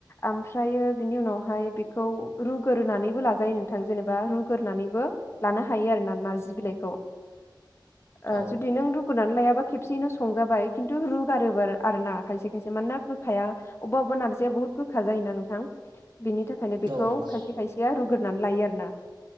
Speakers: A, on the left; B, on the right.
A: ओमफ्रायो बिनि उनावहाय बेखौ रुग्रोरनानैबो लाजायो नोंथां जेनेबा रुग्रोनानैबो लानो हायो आरो ना नारजि बिलाइ खौ ओ
B: औ
A: जुदि नों रुग्रोनानै लायाबा खेबसेैनो संजाबाय खिन्थु रुगारोबा आरोना खायसे खायसे मानोना गोखाया अबेबा अबेबा नारजिया बहुत गोखा जायोना नों थां बिनि थाखायनो बेखौ
B: औ नंगौ नोंथां
A: खायसे खायसेया रुग्रोनानै लायो आरोना